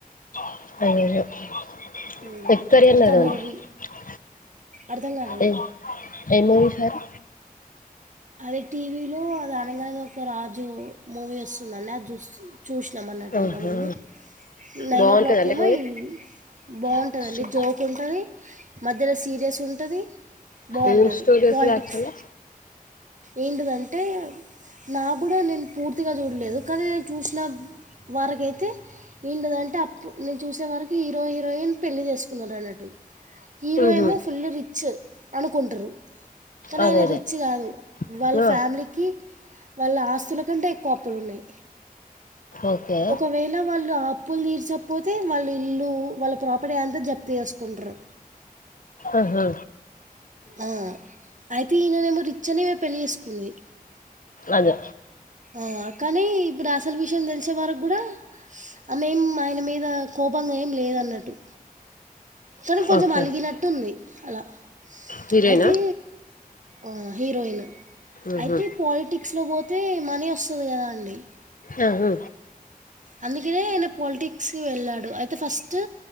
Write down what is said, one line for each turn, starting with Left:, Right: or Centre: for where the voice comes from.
Left: <unintelligible>
Right: ఉమ్, ఇంకా మూవీ అర్థం గాలేదు
Left: ఏం ఏం మూవీ జూసారు
Right: అదె టీవీలో అదె అనగనగా ఒక రాజూ మూవీ ఒస్తుందండి అద్ జూస్తున్నం చూశ్నం అన్నట్టు
Left: ఆహా
Right: ఇంత ముందే నైనో
Left: బాగుంటదండి
Right: క్లోక్కేమో ఈ బావుంటదండీ
Left: మూవీ
Right: జోకుంటదీ మధ్యల సీరియసుంటదీ బావుంటదీ
Left: ఏం స్టోరీస్లు
Right: పోలిటిక్స్
Left: యాక్చువల్గా
Right: ఏంటిదంటే నాగ్గుడా నేన్ పూర్తిగా జూడలేదు కనీ నేను చూసిన వారకైతే ఏంటిదంటే అప్పు నేన్ చూసే వరకీ హీరో హీరోయిన్ పెళ్లి జేసుకున్నరన్నట్టూ హీరోయేమో
Left: ఉహు
Right: ఫుల్లు రిచ్చ్ అనుకుంటుర్రు కనయన
Left: అదే
Right: రిచ్ గాదూ
Left: అదే
Right: వాళ్ళ
Left: ఆ
Right: ఫ్యామిలీకి వాళ్ళ ఆస్తుల కంటే ఎక్కువ అప్పులున్నయ్
Left: ఓకే
Right: ఒకవేళ వాళ్ళు ఆప్ ప్పుల్ దీర్చపోతే మళ్లీ ఇల్లూ వాళ్ళ ప్రాపర్టీ అంతా జప్తు యేసుకుంట్రు
Left: అహా
Right: ఆ అయితీయననేమో రిచ్చ్ అనే పెళ్ళి యేసుకుంది
Left: అదె
Right: ఆ కనీ ఇప్పుడసలు విషయం దెలిసే వరగ్గుడా అ మేం ఆయన మీద కో కోపంగేం లేదన్నట్టు కని కొంచమలిగినట్టుంది
Left: ఓకే
Right: అలా
Left: హీరోయినా
Right: అయితే ఆ హీరోయిను
Left: ఉహు
Right: అయితే పాలిటిక్స్లో బోతే మనీ ఒస్తది గదా అండి
Left: ఆ హూ
Right: అందుకినే ఆయన పాలిటిక్స్కి వెళ్ళాడు అయితే ఫస్టూ